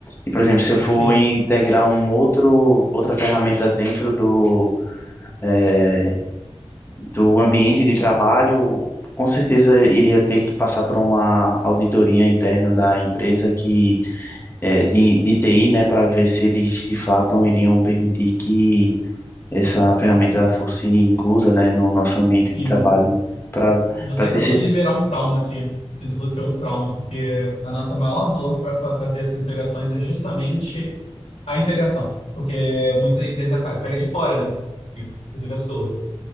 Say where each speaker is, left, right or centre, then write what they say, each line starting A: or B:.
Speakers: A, on the left; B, on the left.
A: E, por exemplo, se eu for
B: Sim,
A: integrar um outro, outra ferramenta dentro do, eh, do ambiente de trabalho, com certeza iria ter que passar por uma auditoria interna da empresa que é, de, de TI, né, para ver se eles de fato iriam permitir que essa ferramenta fosse inclusa, né, no nosso ambiente
B: sim.
A: de trabalho, né, para
B: E você
A: para
B: acabou
A: ter certeza
B: de liberar um trauma aqui. Você desbloqueou um trauma, porque a nossa maior dor para fazer essas integrações é justamente a integração. Porque muita empresa ca- pega de fora, né? Inclusive a sua.